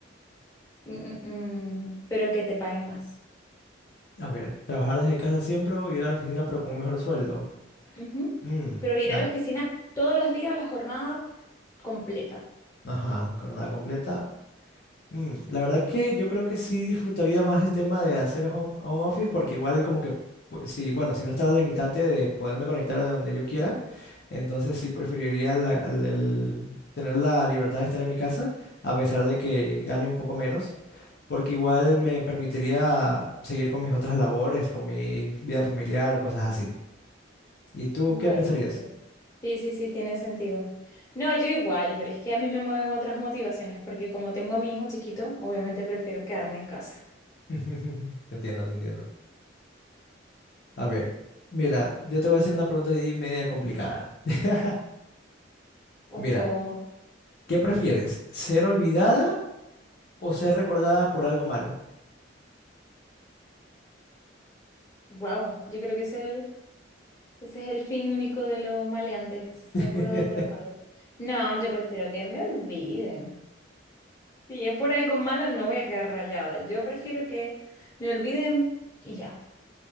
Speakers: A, on the left (about 15°); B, on the left (about 55°).
A: mm, mm, mm, pero que te paguen más?
B: A ver, trabajar desde casa siempre o ir a la oficina pero con un mejor sueldo.
A: Ujú.
B: Mm,
A: Pero ir
B: la-
A: a la oficina todos los días, la jornada completa.
B: ajá, jornada completa Mm, La verdad que yo creo que sí disfrutaría más el tema de hacer home, home office porque igual como que pues, sí, bueno, si no está la limitante de poderme conectar de donde yo quiera, entonces sí preferiría la- al- el tener la libertad de estar en mi casa a pesar de que gane un poco menos, porque igual me permitiría seguir con mis otras labores, con mi vida familiar o cosas así. ¿Y tú
A: Bueno,
B: qué pensarías?
A: sí. Sí, sí, sí, tiene sentido. No, yo igual, pero es que a mí me mueven otras motivaciones, porque como tengo a mi hijo chiquito, obviamente prefiero quedarme en casa.
B: <laughs> Te entiendo, te entiendo. A ver, mira, yo te voy a hacer una pregunta ahí media complicada. <laughs>
A: O,
B: Mira,
A: o,
B: ¿Qué prefieres? ¿Ser olvidada o ser recordada por algo malo?
A: wow, yo creo que ese es el, ese es el fin único de los maleantes, ser
B: <laughs>
A: recordado por algo malo. No, yo prefiero que me olviden. Si es por algo malo, no voy a quedar rayada. Yo prefiero que me olviden y ya.